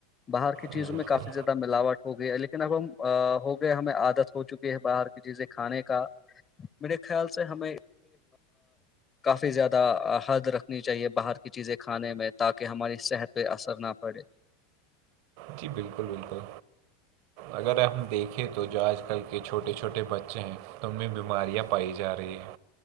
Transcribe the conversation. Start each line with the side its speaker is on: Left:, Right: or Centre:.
Left: باہر کی چیزوں
Right: جی بالکل
Left: میں کافی زیادہ ملاوٹ ہو گئی ہے لیکن اب ہم ہو گئے ہمیں عادت ہو چکی ہے باہر کی چیزیں کھانے کا میرے خیال سے ہمیں کافی زیادہ حد رکھنی چاہیے باہر کی چیزیں کھانے میں تاکہ ہماری صحت پہ اثر نہ پڑے
Right: جی بالکل بالکل اگر ہم دیکھیں تو جو آج کل کے چھوٹے چھوٹے بچے ہیں ان میں بیماریاں پائی جا رہی ہیں